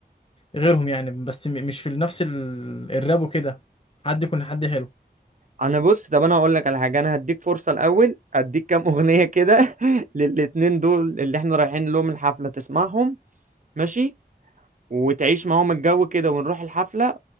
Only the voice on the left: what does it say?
غيرهم يعني بس م- مش في نفس ال- الراب وكده حد يكون حد حلو